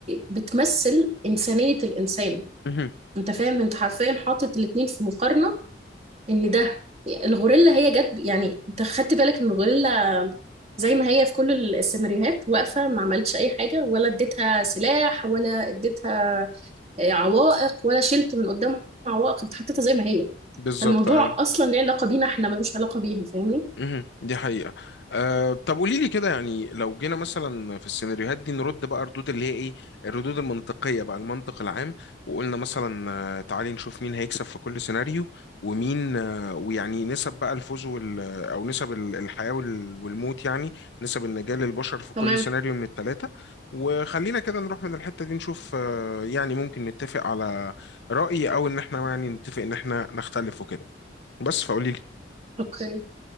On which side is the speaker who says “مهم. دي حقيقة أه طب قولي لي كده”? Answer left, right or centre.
Left